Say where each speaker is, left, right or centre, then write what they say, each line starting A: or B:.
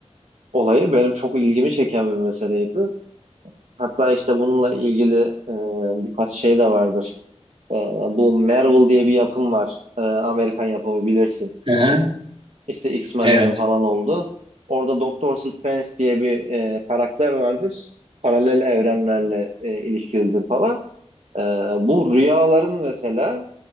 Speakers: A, on the right; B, on the right.
A: olayı benim çok ilgimi çeken bir meseleydi. Hatta işte bununla ilgili e, birkaç şey de vardır Ee, bu Marvel diye bir yapım var. Ee, Amerikan yapımı bilirsin.
B: Hı hı,
A: İşte X-Men'lerin
B: evet.
A: falan oldu. Orada Doctor Strange diye bir e, karakter vardır. Paralel evrenlerle e, ilişkilidir falan. Ee, bu rüyaların mesela